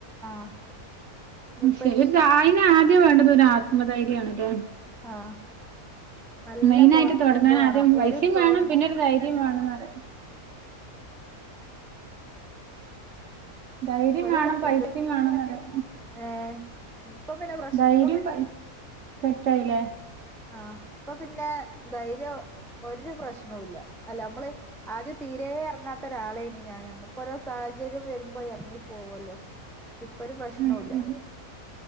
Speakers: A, in the centre; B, on the right.
A: ആഹ് ഇനിയിപ്പ
B: ഉം ശരി
A: ഈ
B: ആയിന് ആദ്യം വേണ്ടത് ഒരു ആത്മധൈര്യാണല്ലേ
A: ആഹ് നല്ല
B: മെയിനായിട്ട്
A: കോൺഫിഡന്റ്
B: തുടങ്ങാൻ
A: വേണം
B: ആദ്യം പൈസേം
A: ഒരു കോൺ
B: വേണം പിന്നെരു ധൈര്യോം വേണംന്ന് പറയ ധൈര്യം
A: ഒരു
B: വേണും
A: കോൺഫിഡന്റ്
B: പൈസേം വേണും അന്നേരം
A: ഏഹ് ഇപ്പം പിന്നെ കൊ
B: ധൈര്യോം പൈ സെറ്റായില്ലേ
A: ആഹ് അപ്പൊ പിന്നെ ധൈര്യോം ഒരു പ്രശ്നോവില്ല അല്ല നമ്മള് ആദ്യം തീരെ എറങ്ങാത്ത ഒരാളെന് ഞാന് നമ്മക്കൊരോ സാഹചര്യം വരുമ്പോ എറങ്ങി പോക്വല്ലോ ഇപ്പൊരു പ്രശ്നോ
B: അത്
A: ഇല്ല
B: ശരി